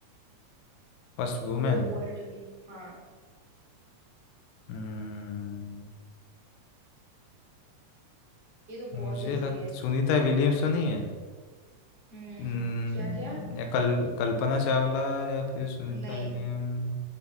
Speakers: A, on the left; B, on the right.
A: First women
B: पूरे वर्ल्ड में हाँ
A: हम्म
B: ये तो
A: मुझे
B: बहुत इजी
A: लग
B: है
A: सुनीता विलियम्स तो नहीं है
B: हम्म
A: हम्म,
B: क्या क्या
A: या कल कल्पना चावला या फिर सुनीता
B: नहीं
A: विलियम